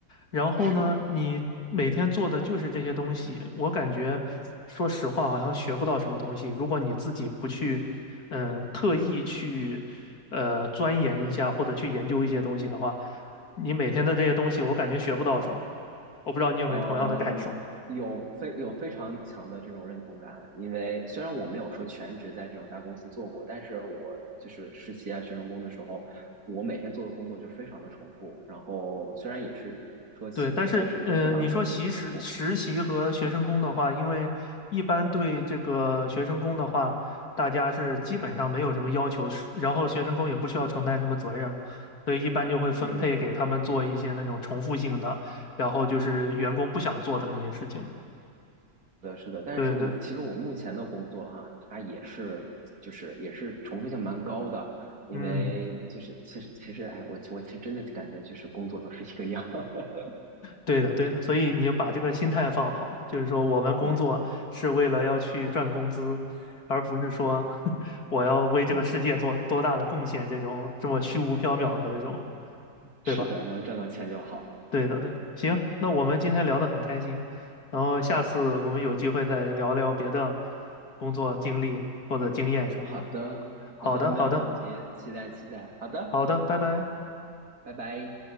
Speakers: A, on the left (about 60°); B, on the right (about 55°).
A: 然后呢，
B: 是的。
A: 你每天做的就是这些东西，我感觉说实话好像学不到什么东西。如果你自己不去，嗯、特意去呃钻研一下或者去研究一些东西的话，你每天的这些东西，我感觉学不到什么。我不知道你有没有同样的感受。
B: 嗯，有非有非常强的这种认同感，因为虽然我没有说全职在这种大公司做过，但是我就是实习啊、学生工的时候，我每天做的工作就非常的重复。然后虽然也是车企嘛，
A: 对，但是呃，
B: 但是就是非常重复重复。
A: 你说习实实习和学生工的话，因为一般对这个学生工的话，大家是基本上没有什么要求，是然后学生工也不需要承担什么责任，所以一般就会分配给他们做一些那种重复性的，
B: 对，
A: 然后就是员工不想做的那些事情。
B: 是的，是的。但是我其实我目前的工作哈、
A: 对对，
B: 它也是就是也是重复性蛮高的，因为就是其实其实哎，
A: 嗯。
B: 我我其实真的感觉就是工作都是一个样。<laughs>
A: 对的，对的，所以你要把这个心态放好，就是说我们工作是为了要去赚工资，
B: 对，
A: 而不是说 <laughs> 我要为这个世界做多大的贡献这种这么虚无缥缈的这种，
B: 嗯
A: 对吧？
B: 是的，能赚到钱就好。
A: 对的，对的。行，那我们今天聊得很开心，然后下次我们有机会再聊聊别的工作经历或者经验什么的。
B: 好的，
A: 好的，
B: 好的，没有问题，
A: 好的，
B: 期待期待。好的，
A: 好的，拜拜。
B: 拜拜。